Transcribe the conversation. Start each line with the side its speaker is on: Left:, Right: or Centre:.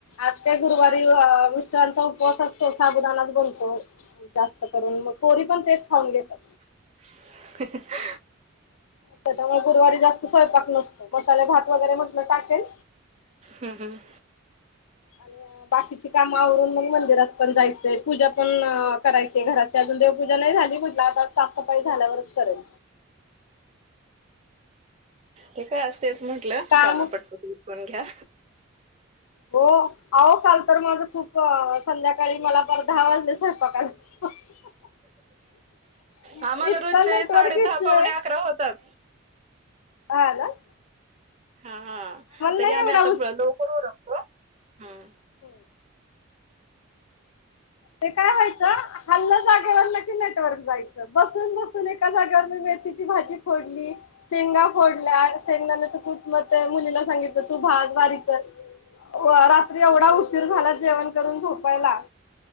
Left: आज काय गुरुवारी, अ मिस्टरांचा उपवास असतो. साबुदानाच बनतो. जास्त करून. मग पोरी पण तेच खाऊन घेतात.
Right: <unintelligible>
Left: त्याच्यामुळे गुरुवारी जास्त स्वयंपाक नसतो. मसाले भात वगैरे म्हटलं टाकेन
Right: हम, हम.
Left: आणि बाकीची कामं आवरून, मग मंदिरात पण जायचंय. पूजा पण करायची घरा च्या. अजून देवपूजा नाही झाली म्हटलं, आता साफसफाई झाल्यावरच करेन.
Right: ते काय असतंयच म्हंटलं.
Left: काम
Right: कामं पटपट ऊर ऊन घ्या.
Left: हो. आहो, काल तर माझं खूप, संध्याकाळी मला पार दहा वाजले स्वयंपाकाला. <unintelligible>
Right: आम्हाला
Left: इतका
Right: रोजचे
Left: नेटवर्क
Right: साडे दहा
Left: इश्यूय.
Right: पावणे अकरा होतात
Left: आलं?
Right: हा, हा. तरी
Left: नाही
Right: आम्ही
Left: एवढा
Right: आता लवकर उरकतो. हम.
Left: होय. ते काय व्हायचं हाल्लं जागेवरणं की, नेटवर्क जायचं. बसून- बसून एका जागेवर मेथीची भाजी खोडली. शेंगा फोडल्या. शेंगदाणानेच कुट म ते मुलीला सांगितलं, तू भाज, बारीक कर. व रात्री एवढा उशीर झाला, जेवण करून झोपायला